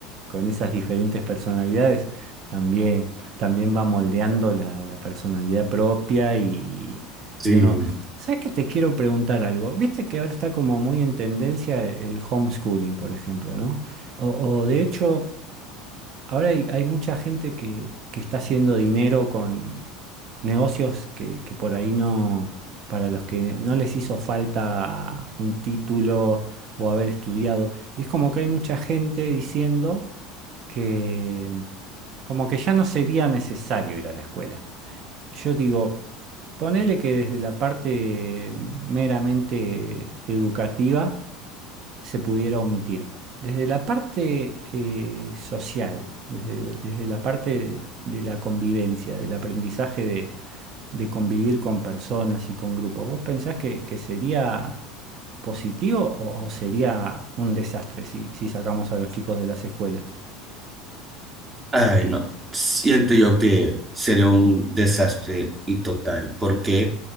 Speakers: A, on the right; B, on the right.
A: con esas diferentes personalidades también, también va moldeando la, la personalidad propia y,
B: sí.
A: y uno... ¿Sabes que te quiero preguntar algo? Viste que ahora está como muy en tendencia el homeschooling, por ejemplo, ¿no? O, o de hecho, Ahora hay, hay mucha gente que, que está haciendo dinero con negocios que, que por ahí no, para los que no les hizo falta un título o haber estudiado. Y es como que hay mucha gente diciendo que como que ya no sería necesario ir a la escuela. Yo digo, ponele que desde la parte meramente educativa, se pudiera omitir. Desde la parte eh, social, desde, el- desde la parte de la convivencia, del aprendizaje de, de convivir con personas y con grupos, ¿vos pensás que, que sería positivo o, o sería un desastre si, si sacamos a los chicos de las escuelas?
B: Ay, no. Siento yo que sería un desastre y total. ¿Por qué?